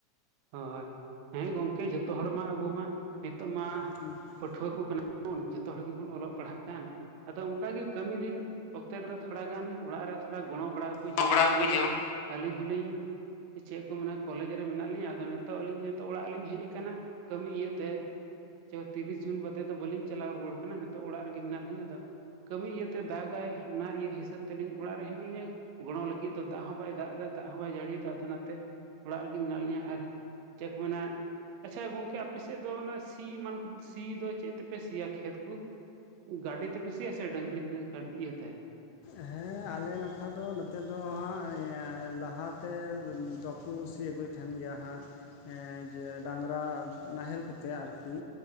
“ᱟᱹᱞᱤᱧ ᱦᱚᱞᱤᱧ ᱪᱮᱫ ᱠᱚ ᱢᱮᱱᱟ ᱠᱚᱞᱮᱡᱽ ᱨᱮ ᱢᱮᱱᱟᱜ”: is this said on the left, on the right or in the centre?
Right